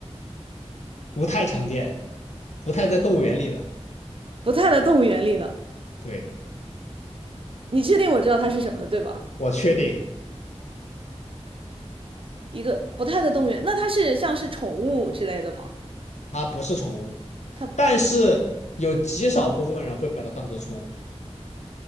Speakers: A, on the left; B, on the right.
A: 不太常见，不太在动物园里的。
B: 不太在动物园里的。
A: 对，
B: 你确定我知道它是什么的，对吧？
A: 我确定
B: 一个不太在动物园，那它是像是宠物之类的吗？
A: 它不是宠物。
B: 它
A: 但是有极少部分人会把它当做宠物，